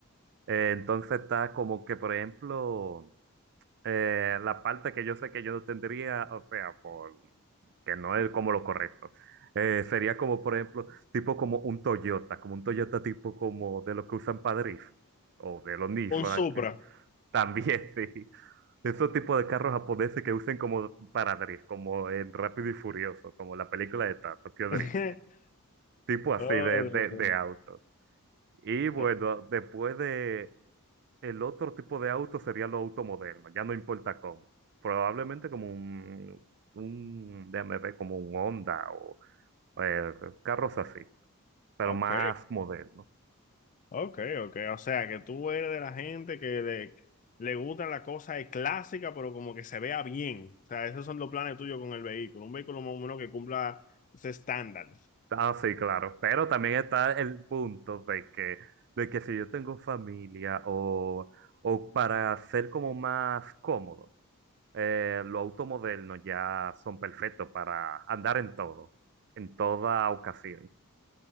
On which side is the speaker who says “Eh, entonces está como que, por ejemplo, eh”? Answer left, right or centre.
Right